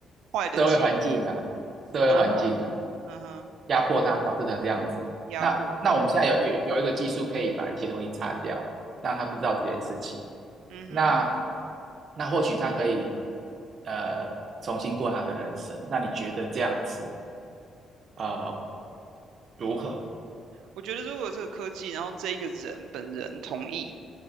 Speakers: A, on the right; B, on the right.
A: 坏的记忆，
B: 社会环境啊，社会环境啊，
A: 嗯哼，嗯哼，
B: 压迫他，导致成这样子。
A: 压迫他，
B: 那那我们现在有有有一个技术可以把一些东西擦掉，
A: 嗯哼，
B: 让他不知道这件事情。
A: 嗯哼，
B: 那那或许他可以呃重新过他的人生。那你觉得这样子呃如何？
A: 我觉得如果这个科技，然后这一个人本人同意。